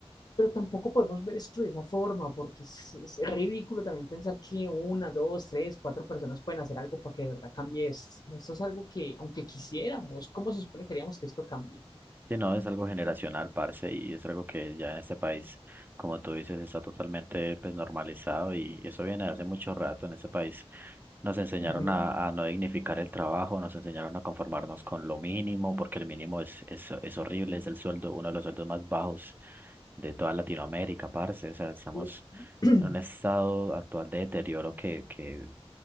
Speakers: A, on the left; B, on the right.
A: pero tampoco podemos ver esto de esa forma, porque es, es ridículo también pensar que una, dos, tres, cuatro personas pueden hacer algo para que de verdad cambie esto. Esto es algo que, aunque quisiéramos, ¿cómo se supone que queríamos que esto cambie?
B: Sí, no, es algo generacional, parce, y es algo que ya en este país, como tú dices, está totalmente pues, normalizado y eso viene de hace mucho rato en este país. Nos enseñaron
A: Ujú.
B: a, a no dignificar el trabajo, nos enseñaron a conformarnos con lo mínimo, porque el mínimo es, es, es horrible, es el sueldo, uno de los sueldos más bajos de toda Latinoamérica, parce. O sea, estamos
A: Le, <clears throat>
B: en un estado actual de deterioro que, que